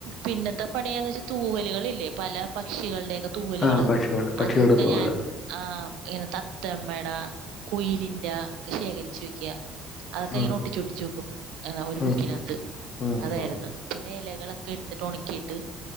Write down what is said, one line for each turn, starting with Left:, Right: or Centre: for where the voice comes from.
Right: പിന്നത്തെ പണിയെന്ന് വെച്ചാ തൂവലുകള് ഇല്ലേ പല പക്ഷികളുടേക്ക തൂവലുകള്
Left: ആ പക്ഷിയുണ്ട് പക്ഷികളുടെ
Right: അതൊക്കെ
Left: തോല്
Right: ഞാൻ ആഹ് ഇങ്ങനെ തത്തമ്മേടാ കുയിലിന്റാ ഒക്കെ ശേഖരിച്ചു വെക്കാ അതൊക്കെ
Left: ഉം,
Right: ഇങ്ങനെ ഒട്ടിച്ചൊട്ടിച്ചു വെക്കും ഒരു
Left: ഉം,
Right: ബുക്കിനാത്ത്
Left: ഉം,
Right: അതായിരുന്നു
Left: ഉം.
Right: പിന്നെ ഇലകളൊക്കെ എടുത്തിട്ട് ഒണക്കിയിട്ട്